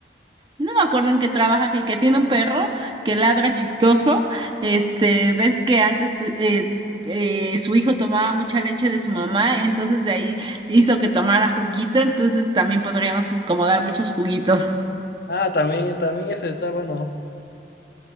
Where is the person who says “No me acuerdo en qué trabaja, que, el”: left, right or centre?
Right